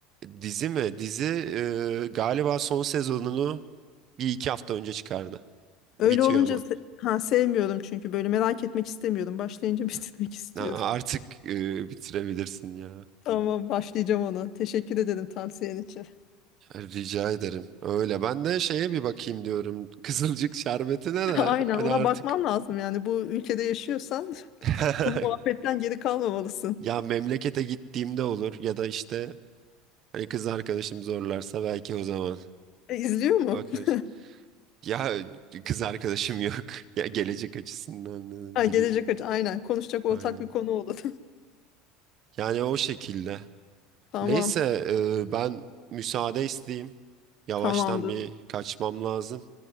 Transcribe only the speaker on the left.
Öyle
olunca
se- ha sevmiyorum çünkü böyle merak etmek istemiyordum. Başlayınca <laughs> bitirmek istiyordum.
Tamam başlayacağım ona. Teşekkür ederim tavsiyen için.
<laughs>
Aynen
ona
bakman lazım yani bu ülkede yaşıyorsan
<laughs> bu muhabbetten geri kalmamalısın.
E, izliyor mu?
<laughs>
Ha, gelecek
aç aynen konuşacak ortak
bir konu olur.
<laughs> Tamam
tamamdır.